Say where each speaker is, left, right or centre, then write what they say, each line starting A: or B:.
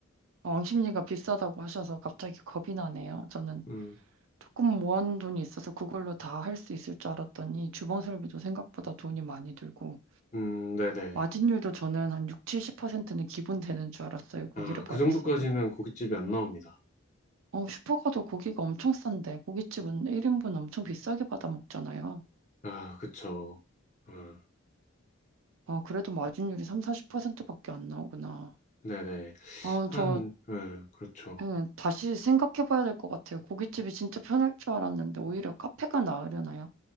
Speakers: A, on the right; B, on the left.
A: 아, 옹심리가 비싸다고 하셔서 갑자기 겁이 나네요. 저는
B: 음,
A: 조금 모아놓은 돈이 있어서 그걸로 다 할 수 있을 줄 알았더니 주방설비도 생각보다 돈이 많이 들고
B: 음, 네네.
A: 마진율도 저는 한 6, 70%는 기본 되는 줄 알았어요. 고기를
B: 아,
A: 받았어도.
B: 그 정도까지는 고깃집이 안 나옵니다.
A: 어, 슈퍼 가도 고기가 엄청 싼데 고깃집은 1인분 엄청 비싸게 받아 먹잖아요.
B: 아, 그쵸. 음,
A: 아, 그래도 마진율이 3, 40%밖에 안 나오구나.
B: 네네.
A: 아,
B: 한,
A: 저
B: 음, 그렇죠.
A: 그냥 다시 생각해 봐야 될 것 같아요. 고깃집이 진짜 편할 줄 알았는데 오히려 카페가 나으려나요?